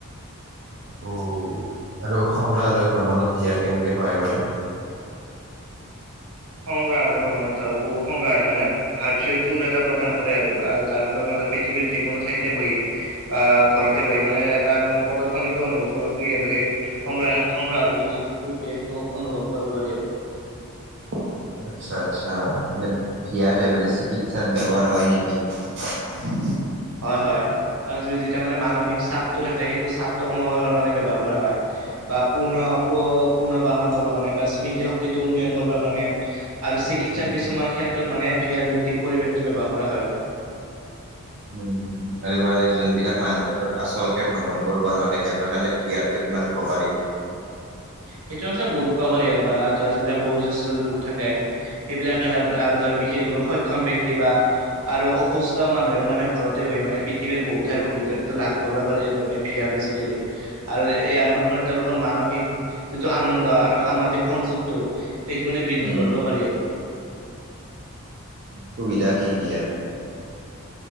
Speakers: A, on the right; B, on the right.
A: অ ওওওও। আৰু সংগ্ৰালয় ভ্ৰমণত ভি য়াৰ কেনেকে সহায় কৰে?
B: সংগ্ৰাহালয় ভ্ৰমণত বহু সংগ্ৰহালয় মানে ভাৰ্চুৱেল তোৰ এটা প্ৰদান কৰে আৰু যাৰ ফলত ম পৃথিৱীৰ যিকোনো ঠাইতে বহি বা ঘৰতে বহি মানে তাৰ মানে প্ৰদৰ্শনীতো অনুভৱ কৰিব পাৰি আৰু। সেই সংগ সংগ্ৰাহালয়টো যিটো ত দিয়ে সেইটো অনুভৱ কৰিব পাৰি এইটো।
A: <inaudible> আচ্ছা আচ্ছা মানে ভি আৰ <unintelligible> চিকিৎসাত বৱহাৰ হয় নেকি? উ <inaudible>
B: হয় হয় কাৰণ যেতিয়া মানে মানসিক চাপটো থাকে চাপটো কমাবৰ কাৰণে ব্যৱহাৰ কৰা হয়। বা পূৰ্ণ পুৰ্ণবাসন কৰিবৰ কাৰণে বা স্মৃতি শক্তিটো উন্নয়ন কৰিবৰ কাৰণে। আৰু চিকিৎসাৰ
A: উম
B: কিছুমান ক্ষেত্ৰত মানে ফিয়াৰ ভিত্তিক পৰিৱেশটো ব্যৱহাৰ কৰা হয় আৰু
A: উ আৰু মানে যোনবিলাক মানুহ তোৰ আচল কে ভ্ৰমণ কৰিব নোৱাৰে সিহঁতৰ কাৰণে ফিয়াৰটো ইমান উপকাৰী
B: সেইটো সঁচা বহুত উপকাৰী হয় বা ধৰ যিবিলাক বয়োজ্যেষ্ঠ লোক থাকে সেইবিলাকে ধৰ আৰু ধৰ বিশেষভাৱে সক্ষম ব্যক্তিৰ বা আৰু অসুস্থ মানুহে মানে ঘৰতে বহি মানে পৃথিৱীৰ বহুত ঠাইৰ। অভিজ্ঞতাটো লাভ কৰিব পাৰি আৰু মানে ফিয়াৰৰ যোগেদি আৰু ইয়াৰ ফলত মানে তেওঁলোকৰ মানসিক। যিটো আনন্দ আৰু সামাজিক সংযোগটো সেইটো মানে বৃদ্ধি
A: উম
B: কৰিব পাৰি আৰু।
A: সুবিধা কি কি এইয়াৰ